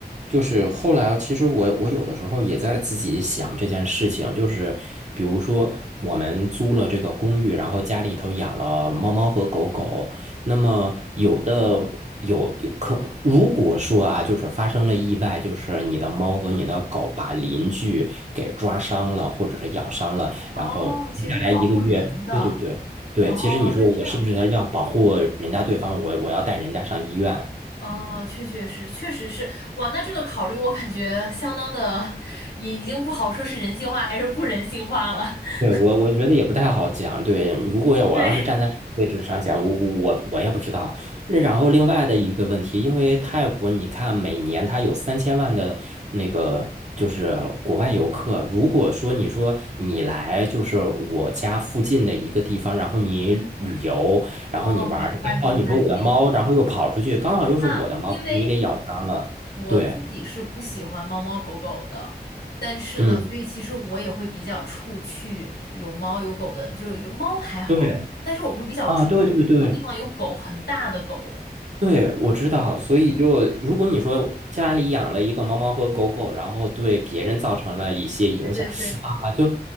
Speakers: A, on the right; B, on the left.
A: 就是后来，其实我我有的时候也在自己想这件事情，就是比如说我们租了这个公寓，然后家里头养了猫猫和狗狗，那么有的有有可，如果说啊，就是发生了意外，就是你的猫和你的狗把邻居给抓伤了，或者是咬伤了，
B: 哦，
A: 然后接下来一个月，
B: 其实它是保护人的。
A: 对对对。对，
B: 哦，
A: 其实你说我是不是要要保护人家对方，
B: 那这样，
A: 我我要带人家上医院？
B: 哦，确确实，确实是，哇，那这个考虑我感觉相当的，已已经不好说是人性化还是不人性化了。<laughs>
A: 对，我我觉得也不太好讲。对，如果要我要是站在位置上讲，
B: 对，
A: 我我我也不知道。那然后另外的一个问题，因为泰国你看每年它有三千万的那个就是国外游客，如果说你说你来就是我家附近的一个地方，然后你旅游，
B: 哦，
A: 然后你玩儿，
B: 明白明白你的意思。
A: 刚好你说我的猫，然后又跑出去，刚好又是我的猫，
B: 那因为
A: 你给咬伤了，
B: 我自己是不喜欢猫猫狗狗的，
A: 对。
B: 但是呢，
A: 嗯。
B: 所以其实我也会比较怵去有猫有狗的，就是有猫还好，
A: 对
B: 但是我会比较怵很多地方有狗，
A: 啊，对对对
B: 很大的狗。
A: 对，我知道。
B: 对，
A: 所以就如果你说家里养了一个猫猫和狗狗，然后对别人造成了一些影响
B: 对对对，
A: 啊，就